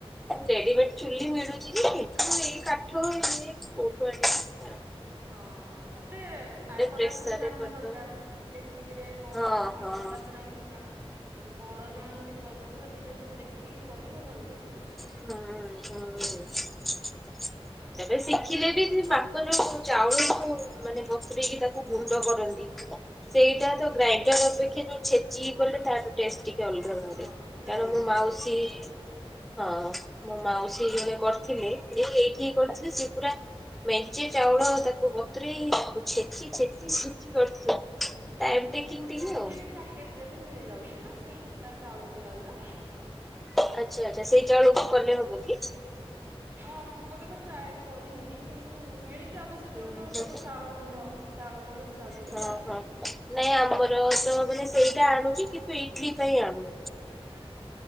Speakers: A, in the centre; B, on the right (about 20°).
A: ରେଡିମେଡ ଚୁଲି ମିଳୁଛି ଯେ, କିନ୍ତୁ ଏ କାଠ ଇଏ କୋଉଠୁ ଆଣିବି।
B: ହଁ ତାପରେ ପାଗ
A: ପ୍ରେସରରେ
B: ଟା, ପୁଣି ଜାଣିବା
A: କରିଦବା।
B: ଦରକାର। କେତିକିରେ କଣ
A: ହଁ
B: ପାଗ
A: ହଁ
B: ଟା ସେଟା ଇମ୍ପୋର୍ଟାଣ୍ଟ। ତ ବଡ ଜଣେ ଯଦି କରୁଥିବେ ନିଜେ ସେଠୁ ଦେଖିକି କରିବ ଭଲସେ ଶିଖିଯିବ।
A: ହୁଁ ହୁଁ ତେବେ ଶିଖିଲେ ବି <unintelligible> ଚାଉଳକୁ ମାନେ ବତରେକି ତାକୁ ଗୁଣ୍ଡ କରନ୍ତି। ସେଇଟା ତ ଗ୍ରାଇଣ୍ଡର ଅପେକ୍ଷା ଯୋଉ ଛେଚି କଲେ ତାଠୁ ଟେସ୍ ଟିକେ ଅଲଗା ଧରେ,
B: ହଁ କୁଟା
A: କାରଣ
B: ଇଏରେ
A: ମୁଁ ମାଉସୀ।
B: ଭଲ ଆସେ
A: ହଁ ମୋ ମାଉସୀ ଜଣେ କରିଥିଲେ, ଯେ ଏଇଠିି କରିଥିଲେ ସେ ପୁରା। ମେଞ୍ଚେଇ ଚାଉଳ ତାକୁ ବତେରେଇ ଛେଚି ଛେଚି କର ଟାଇମ୍ ଟେଙ୍ଗ୍ଟିକେ
B: ଏମିତି
A: ହୁଅ।
B: ପ୍ୟାକେଟ ରେ ବି ମିଳି ଯାଉଛି ନା, ସେଇ କୁଟା ଚାଉଳ କୁଟା ଗୁରା।
A: ଆଚ୍ଛା ଆଚ୍ଛା, ସେଇ ଚାଉଳ କୁକୁରରେ ହବ କି?
B: ହଁ ମୁଁ ତ କେବେ ଟ୍ରାଏ କରିନି, କିନ୍ତୁ ମିଳିଛେ ଆଉରି ସେଥିରୁ
A: ହୁଁ
B: ତ
A: ହୁଁ
B: ସବୁ ଚାଉଳ ଗୁଣ୍ଡ। ଚାଉଳ ଗୁଣ୍ଡ ହିସାବରେ ହିଁ
A: ହଁ
B: ସେ ଆସୁଛି।
A: ହଁ। ନାଇଁ ଆମର ତ ମାନେ ସେଇଟା ଆଣୁଛିି କିନ୍ତୁ ଇଟଲି ପାଇଁ ଆଣୁ।
B: <inaudible>